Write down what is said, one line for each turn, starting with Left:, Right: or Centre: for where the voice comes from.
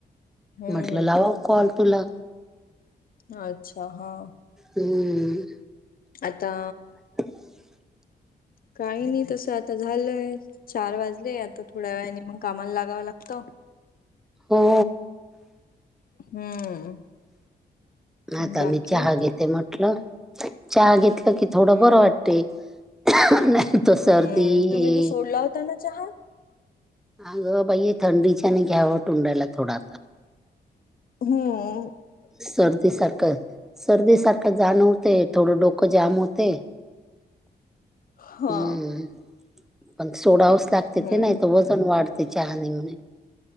Left: हम्म
Centre: म्हटलं लावा कॉल तुला
Left: अच्छा हा
Centre: हम्म,
Left: आता
Centre: <inaudible>
Left: काही नाही तसं आता झालंय चार वाजले आता थोड्या वेळाने मग कामाला लागावं लागतं.
Centre: हो.
Left: हम्म.
Centre: आता
Left: बाकी
Centre: मी चहा घेते म्हटलं चहा घेतलं की
Left: हम्म
Centre: थोड बरं वाटते. <unintelligible> नाही तर सर्दी
Left: हम्म तुम्ही
Centre: हे
Left: जो सोडला होता ना चहा?
Centre: अगं बाईे थंडीच्यान घ्यावं तुंडायला थोडा आता.
Left: हम
Centre: सर्दी सारखं सर्दी सारखं जाणवत तेय थोडं डोक जाम होतेय.
Left: हा
Centre: हम्म पण सोडावच लागते
Left: हम्म
Centre: ते नाही व पण वाढते चहानी म्हणे